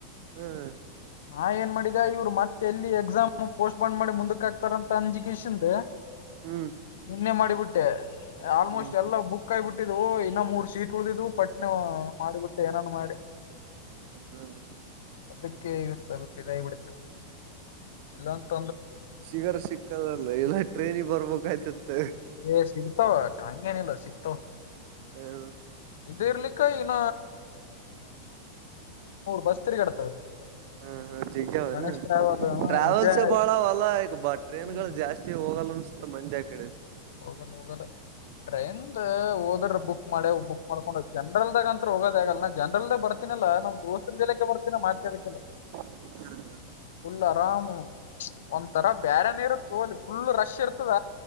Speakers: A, on the right; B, on the left.
A: ಹ್ಮ್ ಹಾ.
B: ನಾ ಏನ್ ಮಾಡಿದ ಇವ್ರು ಮತ್ತೆ. ಎಲ್ಲಿ ಎಕ್ಸಾಮ್ ಪೋಸ್ಟ್. ಮಾಡಿ ಮುಂದಕ್ಕೆ ಹಾತಾರಂತ ಅಂಜ. ೆ
A: ಹ್ಮ್
B: ನಿನ್ನೆ ಮಾಡಿ. ಬಿಿಟ್ಟು. ಆಲ್ಮೋಸ್ಟ್
A: ಹ್ಮ್
B: ಎಲ್ಲಾ ಬುಕ್ ಕಾಯಿಬಿಟ್ಟಿದ್ವು. ಇನ್ನ ಮೂರು ಸೀಟ್ ಉಳಿದು. ಮಾಡಿಬಿಟ್ಟೆ ಏನಾನ ಮಾಡಿ.
A: ಹ್ಮ್
B: ಅದಕ್ಕೆ ಸ್ವಲ್ಪ ಇದಾಯ ಬಿಡುತ್ತೆ ಎಲ್ಲಂತ.
A: ಸಿಗರ್ ಸಿಕ್ಕದಲ್ಲ ಇಲ್ಲಾ ಟ್ರೈನಿಿಗೆ ಬರ್ಬೇಕಯ್ತತ್.
B: ಏ ಸಿಗ್ತಾವ ಹಂಗೇನಿಲ್ಲ ಸಿಕ್ತೋ.
A: ಹತ
B: ೇ ಇರ್ಲಿಕ್ಕ ಇನ. ಬಸ್ ತಿರುಗಾಡ್ತವೆ
A: ಹಾ ಹಾ ಜಿಗ್ಯಾವನು
B: ಗಣೇಶ್ ಟ್ರಾವೆಲ್
A: ಟ್ರಾವೆಲ್ಸ್
B: ವಿಜಯ
A: ಬಾಳ ಅವಲ್ಲ ಈ ಬ ಟ್ರೇನ್
B: ಹ್ಮ್
A: ಗಳು ಜಾಸ್ತಿ ಹೋಗಲ್ಲನ್. ಮಂದಿ ಆ ಕಡೆ.
B: ಹೋಗಲ್ಲ ಹೋಗಲ್ಲ ಟ್ರೈನ್ ಹೋದ್ರ ಬುಕ್ ಮಾಡೆ ಬುಕ್ ಮಾಡ್ಕೊಂಡ ಜನ್ರಲ್ದಾಗಂತ ಹೋಗೋದ ಆಗಲ್ಲ ಜನರಲ್ದಾಗ ಬರ್ತೀನಲ್ಲ ನಮ್ ದೋಸ್ತರ ಜ ಮಾತಿ ಅಡಕ್ಕೆಲ್ಲ
A: ಹ್ಮ ಹ್ಮ
B: ಫುಲ್ ಆರಾಮ್ ಒಂಥರ ಬೇರೆನ ಇರತ್ತೋಲಿ ಫುಲ್ ರಶ್ ಇರ್ತದ